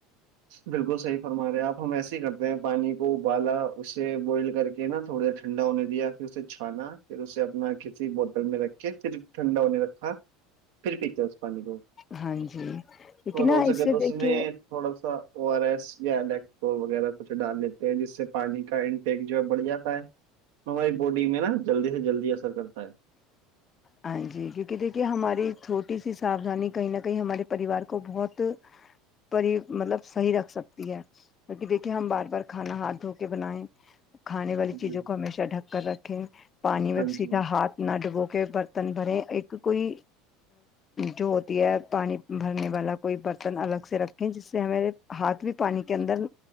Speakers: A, on the right; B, on the left.
A: بالکل صحیح فرما رہے آپ ہم ایسے ہی کرتے میں پانی کو ابالا اسے بوائل کر کے نا تھوڑا سا ٹھنڈا ہونے دیا پھر اسے چھانا پھر اسے اپنا کسی بوتل میں رکھ کے پھر ٹھنڈا ہونے رکھا پھر پیتے اس پانی کو
B: ہاں جی لیکن
A: اور ہو
B: نا
A: سکے
B: اسے
A: تو اس
B: دیکھے
A: میں تھوڑا سا او آر ایس یا الیکٹول وغیرہ کچھ ڈال لیتے تے جس سے پانی کا انٹیک جو ہے بڑھ جاتا ہے ہماری باڈی میں نا جلدی سے جلدی اثر کرتا ہے
B: ہاں جی کیونکہ دیکھیے ہماری چھوٹی سی ساودھانی کہیں نہ کہیں ہمارے پریوار کو بہت پر ہی مطلب صحیح رکھ سکتی ہے کیو نکہ دیکھیے ہم بار بار کھانا ہاتھ دھو کے بنائیں کھانے والی چیزوں
A: جی
B: کو ہمیشہ ڈھک کر رکھیں پانی میں
A: ہاں
B: سی
A: جی
B: ہاتھ نہ ڈبو کے برتن بھرے ایک کوئی جو ہوتی ہے پانی بھرنے والا کوئی برتن الگ سے رکھیں جس سے ہمیرے ہاتھ بھی پانی کے اندر